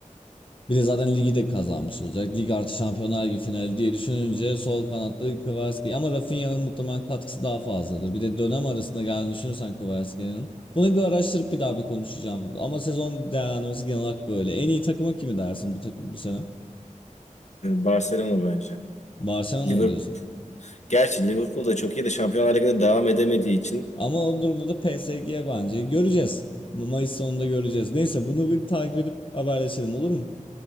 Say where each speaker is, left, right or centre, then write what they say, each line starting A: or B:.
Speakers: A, on the left (about 40°); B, on the left (about 60°).
A: Bir de zaten ligi de kazanmış olacak. Lig artı Şampiyonlar Ligi finali diye düşününce sol kanatta Kvaratskhelia ama Rafinha'nın muhtemelen katkısı daha fazladır. Bir de dönem arasında geldiğini düşünürsen Kvaratskheლიa'nın. Bunu bir araştırıp bir daha bir konuşacağım. Ama sezon değerlendirmesi genel olarak böyle. En iyi takıma kimi dersin bu takım bu sene?
B: E, Barcelona bence.
A: Barcelona
B: Liverpool
A: mı diyorsun?
B: Gerçi Liverpool da çok iyi de Şampiyonlar Ligi'nde devam edemediği için.
A: Ama o durumda da PSG bence. Göreceğiz. Mayıs sonunda göreceğiz. Neyse bunu bir takip edip haberleşelim olur mu?